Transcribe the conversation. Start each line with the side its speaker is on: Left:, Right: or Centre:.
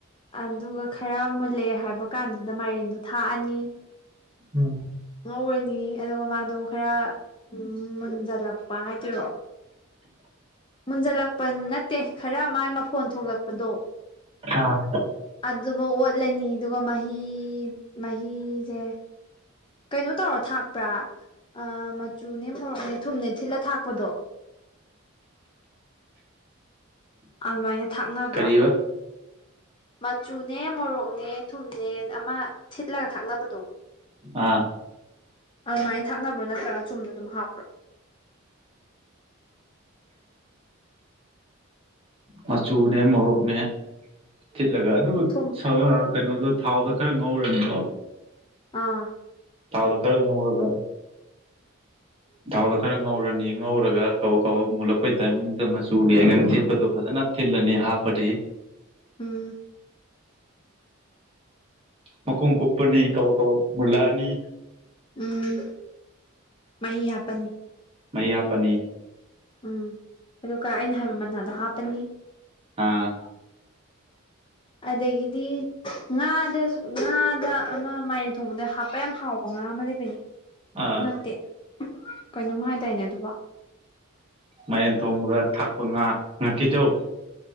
Left: ꯑꯗꯨꯒ ꯈꯔ ꯃꯨꯜꯂꯛꯑꯦ ꯍꯥꯏꯕ ꯀꯥꯟꯗꯨꯗ ꯃꯥꯏꯔꯦꯟꯗꯨ ꯊꯥꯛꯑꯅꯤ
Right: ꯎꯝ
Left: ꯉꯧꯔꯅꯤ ꯑꯗꯨꯒ ꯃꯥꯗꯣ ꯈꯔ ꯃꯨꯟꯖꯜꯂꯛꯄ ꯍꯥꯏꯗꯣꯏꯔꯣ ꯃꯨꯟꯖꯜꯂꯛꯄ ꯅꯠꯇꯦ ꯈꯔ ꯃꯥꯏ ꯃꯐꯣꯟ ꯊꯣꯛꯂꯛꯄꯗꯣ
Right: ꯑꯥ
Left: ꯑꯗꯨꯕꯨ ꯑꯣꯠꯂꯅꯤ ꯑꯗꯨꯒ ꯃꯍꯤ ꯃꯍꯤꯁꯦ ꯀꯩꯅꯣ ꯇꯧꯔ ꯊꯥꯛꯄ꯭ꯔꯥ ꯑ ꯃꯆꯨꯅꯦ ꯃꯣꯔꯣꯛꯅꯦ ꯊꯨꯝꯅꯦ ꯊꯤꯜꯂ ꯊꯥꯛꯄꯗꯣ ꯑꯗꯨꯃꯥꯏꯅ ꯊꯥꯛꯅꯕ꯭ꯔꯥ
Right: ꯀꯔꯤꯕ
Left: ꯃꯆꯨꯅꯦ ꯃꯣꯔꯣꯛꯅꯦ ꯊꯨꯝꯅꯦ ꯑꯃ ꯊꯤꯠꯂꯒ ꯊꯛꯅꯕꯗꯣ
Right: ꯑꯥ
Left: ꯑꯗꯨꯃꯥꯏꯅ ꯊꯛꯅꯕ꯭ꯔꯣ ꯅꯠꯇ꯭ꯔꯒ ꯆꯨꯝꯅ ꯑꯗꯨꯝ ꯍꯥꯞꯄ꯭ꯔꯣ
Right: ꯃꯆꯨꯅꯦ ꯃꯣꯔꯣꯛꯅꯦ ꯊꯤꯠꯂꯒ ꯑꯗꯨ
Left: ꯊꯨꯝ
Right: ꯁ ꯀꯩꯅꯣꯗꯣ ꯊꯥꯎꯗ ꯈꯔ ꯉꯧꯔꯅꯤꯀꯣ
Left: ꯑꯥ
Right: ꯇꯥꯎꯗꯣ ꯀꯔ ꯉꯧꯔꯒ ꯊꯥꯎꯗꯣ ꯈꯔ ꯉꯧꯔꯅꯤ ꯉꯧꯔꯒ ꯀꯕꯛ ꯀꯕꯛ ꯃꯨꯜꯂꯛꯄꯩ ꯇꯥꯏꯃꯤꯡꯗꯨꯗ ꯃꯆꯨꯒꯤ ꯑꯉꯪ ꯆꯦꯠꯄꯗꯣ ꯐꯖꯅ ꯊꯤꯜꯂꯅꯤ ꯍꯥꯄꯗꯤ
Left: ꯎꯝ
Right: ꯃꯈꯨꯝ ꯀꯨꯞꯄꯅꯤ ꯀꯕꯛ ꯀꯕꯛ ꯃꯨꯜꯂꯛꯑꯅꯤ
Left: ꯎꯝ ꯃꯍꯤ ꯍꯥꯞꯄꯅꯤ
Right: ꯃꯍꯤ ꯍꯥꯞꯄꯅꯤ
Left: ꯎꯝ ꯑꯗꯨꯒ ꯑꯩꯅ ꯍꯥꯏꯕ ꯃꯅꯥꯗꯣ ꯍꯥꯞꯄꯅꯤ
Right: ꯑꯥ
Left: ꯑꯗꯒꯤꯗꯤ ꯉꯥꯗ ꯉꯥꯗ ꯑꯃ ꯃꯥꯏꯔꯦꯟ ꯊꯣꯡꯕꯗ ꯍꯥꯞꯄ ꯌꯥꯝ ꯍꯥꯎꯕ ꯉꯥ ꯑꯃ ꯂꯩꯕꯅꯦ
Right: ꯑꯥ
Left: ꯅꯠꯇꯦ ꯀꯩꯅꯣꯝ ꯍꯥꯏꯗꯥꯏꯅꯦ ꯑꯗꯨꯕꯣ
Right: ꯃꯌꯦꯟ ꯊꯣꯡꯕ꯭ꯔꯒ ꯊꯥꯛꯄ ꯉꯥ ꯉꯥꯀꯤꯖꯧ